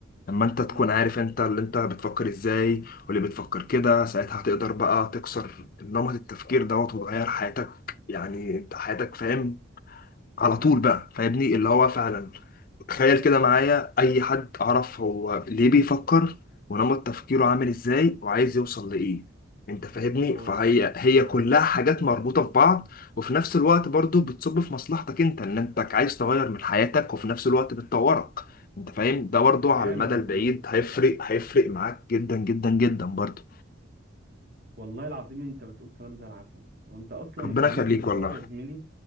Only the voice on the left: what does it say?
لما انت تكون
عارف انت اللي انت بتفكر ازاي واللي بتفكر كده ساعتها هتقدر بقى تكسر نمط التفكير دوت وتغير حياتك يعني انت حياتك فاهم على
طول بقى فاهمني اللي هو فعلا تخيل كده معايا اي حد اعرف هو ليه بيفكر ونمط تفكيره عامل ازاي وعايز يوصل لايه انت فاهمني
فهي هي
كلها حاجات مربوطة في بعض وفي نفس الوقت برضو بتصب في مصلحتك انت ان انت عايز تغير من حياتك وفي نفس الوقت بتطورك انت فاهم ده برضو على
المدى
البعيد
هيفرق هيفرق معاك جدا جدا جدا برضو
ربنا
يخليك
والله